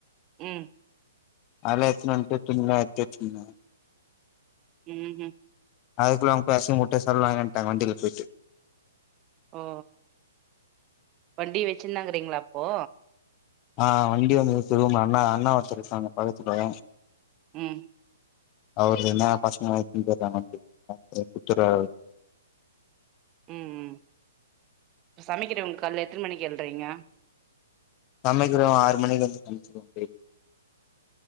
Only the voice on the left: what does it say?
அதுலா எடுத்துன்வன்ட்டு துணிலாம் எத்து வச்சின் இருந்தேன்
அதுக்குள்ள அவங்க <unintelligible> முட்ட சொல்லுவாங்கட்டா வண்டியில போயிட்டு
ஆ வண்டி வந்துரு <unintelligible> அண்ணா அண்ணா ஒருத்தரு இருக்காங்ஙக பக்கத்துல
அவர் என்ன பசங்க <unintelligible> குத்துறாரு
சமைக்கிறோ ஆறு மணிக்கு <unintelligible> சமைச்சுக்கவோ <inaudible>